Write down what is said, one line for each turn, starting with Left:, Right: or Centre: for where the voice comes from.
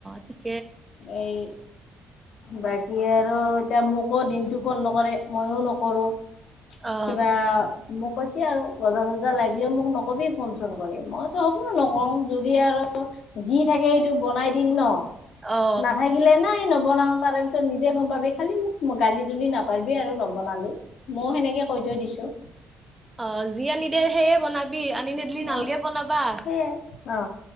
Right: ঠিক।
Left: এই, বাকী আৰু এতিয়া মোকো দিনতটো ফোন নকৰে মইও নকৰো।
Right: অ
Left: কিবা, মোক কৈছে আৰু বজাৰ চজাৰ লাগিলেও মোক নকবি ফোন চোন কৰি মই। হ'ব নকওঁ যদি আৰু যি থাকে সেইটো বনাই দিম ন,
Right: অ
Left: নাথাকিলে নাই ন। বনাও তাৰ পিছত নিজে গম পাবি খালি মোক গালি দুলি নাপাবিবি আৰু নবনালি। ময়ও সেনেকে কৈ থৈ দিছো।
Right: অ, যি আনি দে সেয়ে বনাবি আনি নিদিলি নালকে
Left: অ'
Right: বনাবা।
Left: সেইয়াই অ,